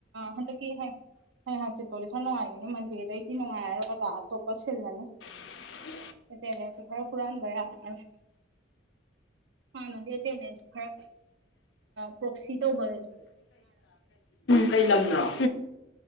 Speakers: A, on the right; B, on the left.
A: ꯍꯟꯗꯛꯀꯤ ꯍꯟꯗꯛꯀꯤ ꯍꯩ ꯍꯪꯆꯤꯠꯇꯣꯗꯤ ꯈꯔ ꯅꯨꯡꯉꯥꯏꯒꯅꯤ ꯃꯟꯗꯦꯗꯩꯗꯤ ꯅꯨꯡꯉꯥꯏ ꯍꯥꯏꯔꯖ ꯑꯇꯣꯞꯄ ꯁꯤꯜꯂꯅꯤ
B: ꯎ
A: ꯑꯦ ꯂꯩ ꯆ ꯈꯔ ꯐꯨꯔꯅꯕꯔꯦ ꯍꯥꯟꯅꯗꯤ ꯑꯦꯇꯦꯟꯗꯦꯟꯁ ꯈꯔ ꯄ꯭ꯔꯣꯛꯁꯤ ꯇꯧꯕ
B: ꯀꯩ ꯂꯝꯅꯣ